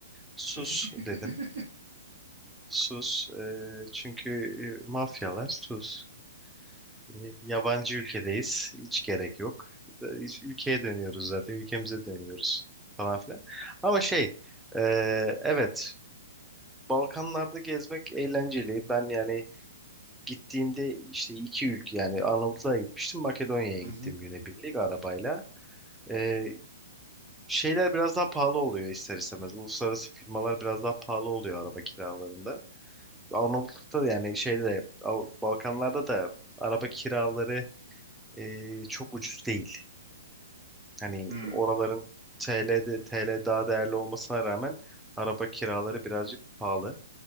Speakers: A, in the centre; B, on the right.
A: sus
B: <laughs>
A: dedim. Sus. Ee, çünkü e, mafyalar sus. E, Yabancı ülkedeyiz. Hiç gerek yok. E, Biz Ülkeye dönüyoruz zaten. Ülkemize dönüyoruz falan filan. Ama şey, e, evet Balkanlarda gezmek eğlenceli. Ben yani gittiğimde işte iki ülke yani Arnavutluğa gitmiştim. Makedonya'ya
B: Hı
A: gittim
B: hı.
A: günebirlik arabayla. E, şeyler biraz daha pahalı oluyor ister istemez. Uluslararası firmalar biraz daha pahalı oluyor araba kiralarında. Arnavutluk'ta da yani şeyde Av- Balkanlarda da araba kiraları e, çok ucuz değil. Hani
B: Hmm.
A: oraların TL'de TL daha değerli olmasına rağmen araba kiraları birazcık pahalı.